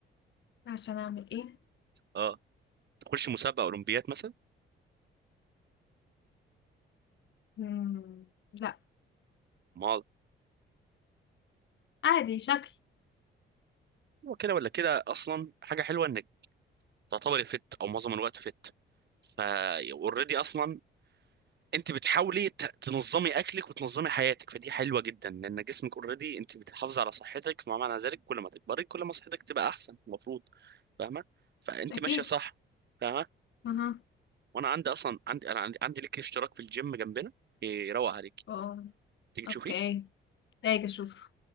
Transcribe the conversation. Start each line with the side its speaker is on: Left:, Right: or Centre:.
Left: عشان أعمل إيه،
Right: اه تخش مسابقه اولمبيات مثلا
Left: إمم، لأ،
Right: ما
Left: عادي شكل
Right: هو كده ولا كده اصلا حاجه حلوه انك تعتبري فت او معظم الوقت فت فا اوريدي اصلا انت بتحاولي ت- تنظمي اكلك وتنظمي حياتك فدي حلوه جدا لان جسمك اوريدي انت بتحافظي على صحتك فما معنى ذلك كل ما تكبري كل ما صحتك تبقى احسن المفروض فاهمه فانت
Left: أكيد.
Right: ماشيه صح فاهمه
Left: أها.
Right: وانا عندي اصلا عندي انا عندي, عندي لك اشتراك في الجيم جنبنا يروق عليك
Left: آه،
Right: تيجي تشوفيه
Left: أوكي. هاجي أشوف.